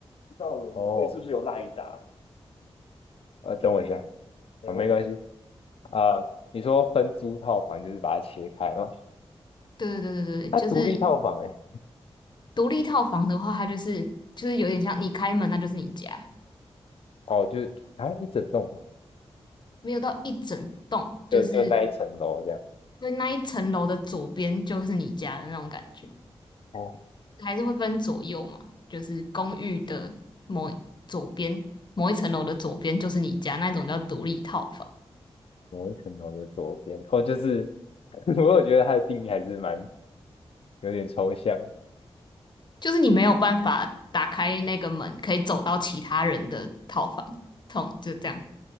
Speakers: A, on the left; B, on the left.
A: 不知道我哦，是不是有赖一打？呃，等我一下，没啊，关没系，关系啊。你说分租套房就是把它切开嘛？
B: 对对对对对，
A: 它独立套房哎、
B: 就是独立套房的话，它就是就是有点像你开门，那就是你家，
A: 哦，就是啊一整栋啊
B: 没有到一整栋，
A: 就就那一层楼这样。
B: 就是因为那一层楼的左边就是你家的那种感觉，
A: 哦，
B: 还是会分左右嘛，就是公寓的某左边某一层楼的左边就是你家，那种叫独立套房。
A: 某一层楼的左边，哦，就是 <laughs> 我有觉得它的定义还是蛮有点抽象。
B: 就是你没有办法打开那个门，可以走到其他人的套房，痛就这样。